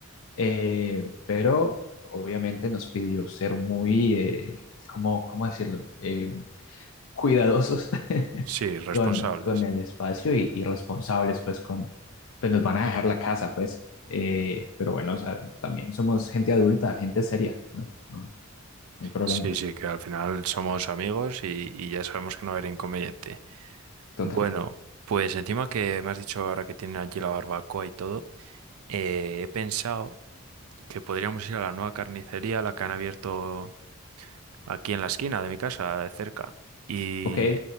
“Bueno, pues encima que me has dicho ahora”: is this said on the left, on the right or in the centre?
Right